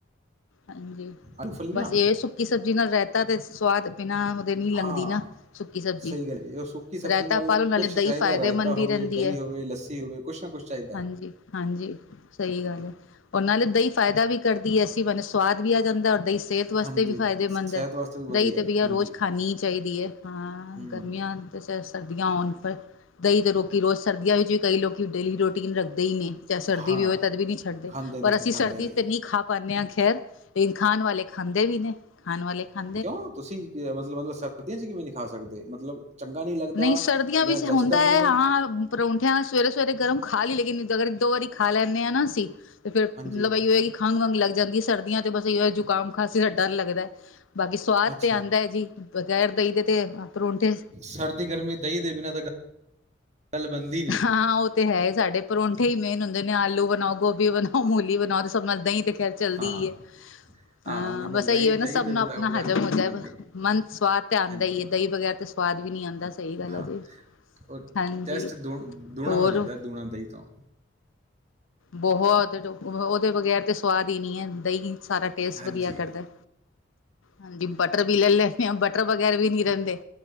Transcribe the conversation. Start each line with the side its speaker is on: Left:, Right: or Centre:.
Left: ਹਾਂਜੀ,
Right: ਆਲੂ ਫਲੀਆਂ
Left: ਬਸ ਇਹ ਸੁੱਕੀ ਸਬਜ਼ੀ ਨਾਲ ਰੈਤਾ ਤੇ ਸਵਾਦ, ਬਿਨਾਂ ਉਹਦੇ ਨੀ ਲੰਘਦੀ
Right: ਹਾਂ
Left: ਨਾ। ਸੁੱਕੀ ਸਬਜ਼ੀ,
Right: ਸਹੀ ਗੱਲ ਜੀ ਉਹ ਸੁੱਕੀ ਸਬਜ਼ੀ
Left: ਰਾਇਤਾ
Right: ਨਾਲ
Left: ਪਾਲੋ, ਨਾਲੇ
Right: ਕੁਛ ਚਾਹੀਦਾ
Left: ਦਹੀਂ ਫਾਇਦੇਮੰਦ
Right: ਰਾਇਤਾ ਹੋਵੇ
Left: ਵੀ ਰਹਿੰਦੀ
Right: ਦਹੀਂ
Left: ਹੈ।
Right: ਹੋਵੇ ਲੱਸੀ ਹੋਵੇ ਕੁਛ ਨਾ ਕੁਛ ਚਾਹੀ
Left: ਹਾਂਜੀ, ਹਾਂਜੀ ਸਹੀ ਗੱਲ ਹੈ। ਓ ਨਾਲ਼ੇ ਦਹੀਂ ਫਾਇਦਾ ਵੀ ਕਰਦੀ ਇਸੀ ਬਹਾਨੇ ਸਵਾਦ ਵੀ ਆ ਜਾਂਦਾ, ਔਰ ਦਹੀਂ ਸਿਹਤ ਵਾਸਤੇ
Right: ਹਾਂਜੀ
Left: ਵੀ ਫਾਇਦੇਮੰਦ
Right: ਸਿਹਤ
Left: ਹੈ
Right: ਵਾਸਤੇ ਵੀ ਵਧੀਆ
Left: ਦਹੀਂ ਤੇ
Right: ਹੈ
Left: ਬਹਿਆ
Right: ਹਾਂਜੀ
Left: ਰੋਜ਼ ਖੀ ਹੀ ਚਾਹੀਦੀ ਹੈ। ਹਾਂ,
Right: ਹਮ
Left: ਗਰਮੀਆਂ ਆਨ ਤੇ ਚਾਇ ਸਰਦੀਆਂ ਹੋਣ ਪਰ ਦਹੀਂ ਤੇ ਲੋਕੀ ਰੋਜ਼ ਸਰਦੀਆਂ ਵਿੱਚ ਵੀ ਕਈ ਲੋਕ ਡੇਲੀ ਰੂਟੀਨ ਰੱਖਦੇ ਹੀ ਨੇ ਚਾਹੇ ਸਰਦੀ
Right: ਹਾਂ
Left: ਵੀ ਹੋਵੇ ਤਦ ਵੀ ਨਹੀਂ ਛੱਡਦੇ।
Right: ਖਾਂਦੇ
Left: ਪਰ
Right: ਨੇ ਜੀ
Left: ਅਸੀਂ
Right: ਖਾਂਦੇ
Left: ਸਰਦੀ
Right: ਨੇ
Left: ਤੇ ਨ ਨਹੀਂ ਖਾ ਪਾਉਦੇ ਹਾਂ, ਖੈਰ ਲੇਇਨ ਖਾਣ ਵਾਲੇ ਖਾਂਦੇ ਵੀ ਨੇ। ਖਾਣ ਵਾਲੇ ਖਾਂ
Right: ਕਿਉਂ, ਤੁਸੀਂ ਮਤਲਬ, ਮਤਲਬ ਸਰਦੀਆਂ ਚ ਕਿਵੇਂ ਨੀ ਖਾ ਸਕਦੇ? ਮਤਲਬ ਚੰਗਾ ਲੱਗਦਾ
Left: ਨਹੀਂ, ਸਰਦੀਆਂ
Right: ਜਾਂ
Left: ਵਿੱਚ
Right: ਜਚਦਾ
Left: ਹੁੰਦਾ
Right: ਨੀ
Left: ਹੈ
Right: ਗਾ
Left: ਹਾਂ। ਪਰੌਂਠਿਆਂ ਨਾਲ ਸਵੇਰੇ-ਸਵੇਰੇ ਗਰਮ ਖਾ ਲਈ ਲੇਕਿਨ ਅਗਰ ਦੋ ਵਾਰੀ ਖਾ ਲੈਂਦੇ ਹਾਂ ਨਾ, ਅਸੀਂ ਤੇ ਫੇਰ
Right: ਹਾਂਜੀ
Left: ਮਲਬ ਇਹੋ ਕਿ ਖੰਘ-ਵੰਘ ਲੱਗ ਜਾਂਦੀ ਐ ਸਰਦੀਆਂ ਤੇ ਬਸ ਇਹੋ ਜੁਕਾਮ-ਖਾਸੀ ਦਾ ਡਰ ਲੱਗਦਾ ਐ। ਬਾਕੀ ਸਵਾਦ
Right: ਅੱਛਾ
Left: ਤੇ ਆਉਂਦਾ ਹੈ ਜੀ, ਬਗੈਰ ਦਹੀਂ ਦੇ ਤੇ ਪਰੌਂਠੇ
Right: ਸਰਦੀ-ਗਰਮੀ, ਦਹੀਂ ਦੇ ਬਿਨਾਂ ਤਾਂ ਗ ਗੱਲ ਬਣਦੀ ਨਹੀਂ।
Left: ਹਾਂ ਉਹ ਤੇ ਹੈ ਸਾਡੇ ਪਰੌਂਠੇ ਹੀ ਮੇਨ ਹੁੰਦੇ ਨੇ ਆਲੂ ਬਣਾਓ, ਗੋਭੀ ਬਣਾਓ, ਮੂਲੀ ਬਣਾਓ ਸਭ ਨਾਲ ਦਹੀਂ ਤੇ ਖੈਰ ਚੱਲਦੀ
Right: ਹਾਂ
Left: ਹੀ ਹੈ
Right: ਹਾਂ
Left: ਅ
Right: ਉਹਦੇ ਨਾਲ
Left: ਬਸ
Right: ਦਹੀਂ
Left: ਅਈ ਏ ਨਾ, ਸਭਨਾ
Right: ਦਹੀਂ ਦੇ ਬਿਨਾਂ
Left: ਆਪਣਾ
Right: ਉਹ ਗੱਲ
Left: ਹਜ਼ਮ
Right: ਨਾ
Left: ਹੋ
Right: ਬਣਦੀ
Left: ਜਾਏ।
Right: ਨੀ
Left: ਮਨ ਸਵਾਦ ਤੇ ਆਉਂਦਾ
Right: ਹਾਂਜੀ
Left: ਈ ਏ ਦਹੀਂ ਬਗੈਰ ਤੇ ਸਵਾਦ ਵੀ ਨੀ ਆਉਂਦਾ। ਸਹੀ ਗੱਲ ਹੈ
Right: ਹਾਂ!
Left: ਜੀ ਹਾਂਜੀ
Right: ਟੈਸਟ ਦੋ-ਦੂਣਾ
Left: ਹੋਰ
Right: ਹੋ ਜਾਂਦਾ ਏ ਦੂਣਾ ਦਹੀਂ ਖਾਓ।
Left: ਬਹੁਤ! ਉਹਦੇ ਬਗੈਰ ਤੇ ਸਵਾਦ ਹੀ ਨਹੀਂ ਹੈ ਦਹੀਂ ਸਾਰਾ ਟੇਸਟ
Right: ਹਾਂਜੀ
Left: ਵਧੀਆ ਕਰਦਾ। ਹਾਂਜੀ, ਬਟਰ ਵੀ ਲੈ ਲੈਂਦੇ ਹਾਂ ਬਟਰ ਬਗੈਰ ਵੀ ਨਹੀਂ ਰਹਿੰਦੇ।